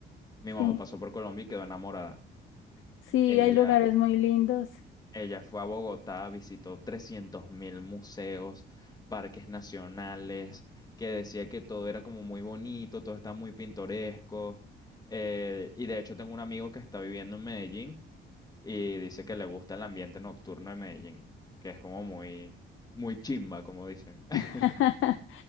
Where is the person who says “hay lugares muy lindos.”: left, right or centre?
Left